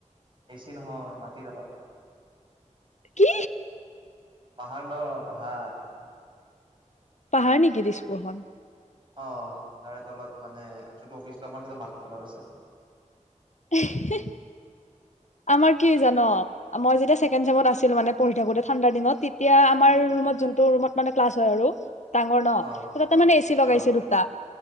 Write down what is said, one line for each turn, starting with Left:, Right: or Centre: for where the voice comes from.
Right: এচি নহয় মাটি তলত
Left: কি?
Right: পাহাৰ ন পাহাৰ
Left: পাহাৰ নেকি দিছপুৰ খন?
Right: অ' তাৰে তলত মানে যোনটো অফিচটো আমাৰ সেইটো মাটিৰ তলত আছে মানে
Left: এই হেহ আমাৰ কি জান মই যেতিয়া চেকেণ্ড চেমত আছিলো মান পঢ়ি থাকোঁ‌তে ঠণ্ডাৰ দিনত তেতিয়া আমাৰ যোন ৰুমত ক্লাছ হয় আৰু ডাঙৰ ন
Right: অ
Left: ত তাতে মানে এচি লগাইছে
Right: অ
Left: দুটা।